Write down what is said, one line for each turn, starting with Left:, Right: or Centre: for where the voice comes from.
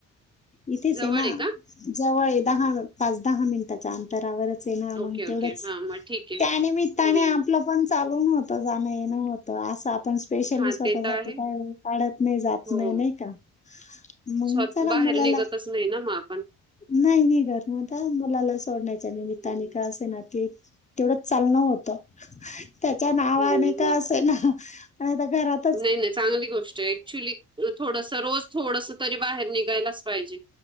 Left: इथेच
Right: जवळ
Left: आहे ना
Right: का
Left: जवळ दहा पाच दहा मिनिटाच्या अंत तरवरच ये ना मग
Right: ओके
Left: तेवढंच
Right: ओके हा मग ठीक आहे
Left: त्यानिमित्ताने
Right: हम्म.
Left: आपलं पण चालून होत जाणं येणं होतं असं आपण स्पेशली
Right: हा
Left: स्वतः
Right: ते तर आहे
Left: काय काढत नाही जात
Right: हो
Left: नाही नाही का मंग
Right: स्वत
Left: चला
Right: बाहेर
Left: मुलाला
Right: निघतच नाही ना मग आपण
Left: नाही नाही घर मता मुलाला सोडण्यायच्या निमित्ताने
Right: हम्म.
Left: का असे ना ककी तेवढंच चालण होत त्याच्या नावाने
Right: हम्म,
Left: का
Right: हम्म.
Left: असे ना आणि आता घरात
Right: नाही नाही चांगली गोष्ट ऍक्च्युली थोडस रोज थोडस तरी बाहेर निघायलाच पाहिजे